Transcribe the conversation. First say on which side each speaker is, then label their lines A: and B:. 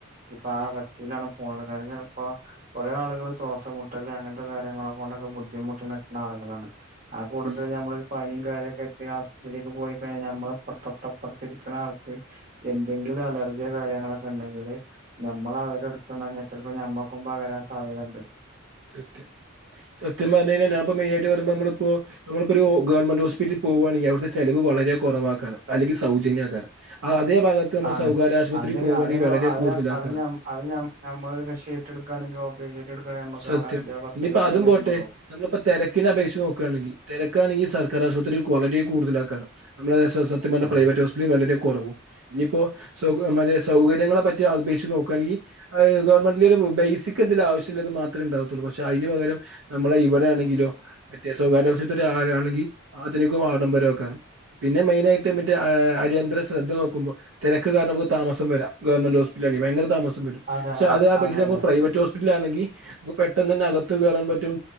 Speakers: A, on the right (about 45°); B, on the right (about 65°).
A: ഇപ്പൊ ആ
B: ഉം
A: അവസ്ഥയിലാണ് പോണ ഇപ്പൊ കൊറെേ ആളുകൾ ശ്വാസമ മുട്ടല് അങ്ങനത്തെ കാര്യങ്ങളെ കൊണ്ടൊക്കെ ബുദ്ധിമുട്ട് നിൽക്കുന്ന ആളുകളാണ് ആ
B: ഉം
A: നമ്മൾ ഒരു പനി െ ആത്ക്ക് പോയിിമ്മൊട്ടപ്പറുന്ന ആൾക്ക് എന്തെങ്കിലും <unintelligible> അലർജി കാര്യങ്ങളൊക്കെ ഉണ്ടെങ്കില് നമ്മൾ അവരെ എടുത്താൽ ചിലപ്പോ ഞമ്മൾക്കും പകരാൻ സാധ്യതുണ്ട്
B: സത്യം സത്യം പറഞ്ഞഴിഞ്ഞാ മെയിയിട്ട് പറയുമ്പോപ്പോ നമ്മള് ഒരു ഗവമെന്റ് ഹോസ്പിറ്റിൽ പോകുകവാണെങ്കിൽ അവിടത്തെ ചിലവ് വളരെ കുറവാക്ക അല്ലെങ്കിൽ സൗജന്യക്കാനും അതേ ഭാഗത്ത് നമ്മൾ
A: ആണ്
B: സ്വകാര്യ ആശുപത്രിൽ
A: അത്
B: പോകുവാണെങ്കി
A: അതൊരു
B: വളരെ
A: അത്
B: കൂടുതല
A: അത്
B: ആൾക്കാര്
A: അത് നമ്മളൊരു ഷീറ്റ് എടുക്കുകയാണെങ്കിൽ ഓപ്പറേഷൻ ഷീറ്റ് എടുക്കുകയാണെങ്കിൽ നമുക്ക്
B: സത്യം
A: അവിടെ അഞ്ചോ പത്തോ
B: ഇനിയിപ്പോ
A: രൂപ
B: അതും
A: വരുന്നുള്ളൂ
B: പോട്ടെ നമ്മളിപ്പോ തിരക്കിനെ അപേക്ഷിച്ച് നോക്കയാണെങ്കിൽ തിരക്കാണെങ്കി സർക്കാർ ആശുപത്രിയി വളരെ കൂടുതല ആാക്കാറ് നമ്മള സത്യം പറഞ്ഞ
A: ആഹ്
B: പ്രൈവറ്റ് ഹോസ്പിറ്റല വളരെ കുറവ് ഇനിയിപ്പോ സൗക മേ സൗകര്യങ്ങളെ പറ്റി അപേക്ഷിച്ച് നോക്കുകയാെങ്കി ഗവൺമെന്റിന്റെ ബേസിക് ആവശ്യമത് മാത്രേ ഉണ്ടാവത്തുള്ളൂ പക്ഷെ അതിന് പകരം നമ്മള ഇവിടെ ആണെങ്കിലോ മറ്റേ സ്വകാര്യ ആശുപത്രിയിൽ ആണെങ്കിൽ അധനികും ആഡംബരംമൊക്കെ പിന്നെ മെയിനയിട്ട് മറ്റേ അര്യന്തര ശ്രദ്ധ നോക്കുമ്പോൾ തിരക്ക് കാരണം നമക്ക് താമസം വരാം ഗവൺമെന്റ് ഹോസ്പിറ്റലിൽ ആണെങ്കി ഭയങ്കര താമസം പക്ഷെ
A: അതെ
B: അതാപേക്ഷിച്ചു
A: അതെ
B: നമുക്ക്
A: അതെ
B: പ്രൈവറ്റ് ഹോസ്പിറ്റലണെങ്കിൽ പെട്ടെന്ന് തന്നെ അകത്തു കയറാൻ പറ്റും